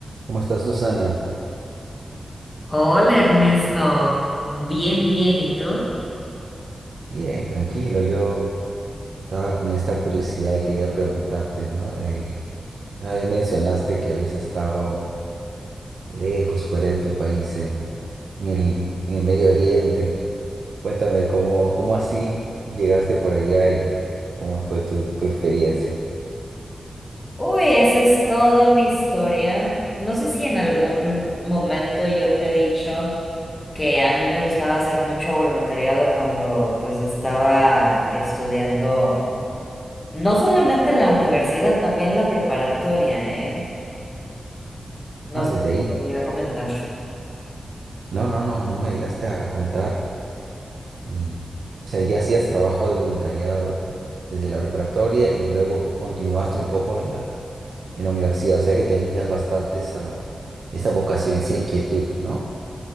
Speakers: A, on the right; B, on the left.
A: ¿Cómo estás, Susana?
B: Hola Ernesto, bien, bien, ¿y tú?
A: Bien, tranquilo. Yo estaba con esta curiosidad y quería preguntarte, ¿no? Eh, una vez mencionaste que habías estado lejos, fuera de tu país, en, en el, en el Medio Oriente. Cuéntame, ¿cómo, cómo así llegaste por allá y, y cómo fue tu, tu experiencia?
B: Uy, esa es toda una historia. No sé si en algún momento yo te he dicho que a mí me gustaba hacer mucho voluntariado cuando pues estaba estudiando, no solamente la universidad, también la preparatoria, ¿eh?
A: Ah,
B: No
A: desde
B: sé si
A: ahí.
B: te podría comentar.
A: No, no, no, no me llegaste a, a contar. Y, o sea, ya hacías trabajo de voluntariado desde la preparatoria y luego continuaste un poco en la en la universidad, o sea que tenías bastante esa, esa vocación, esa inquietud, ¿no?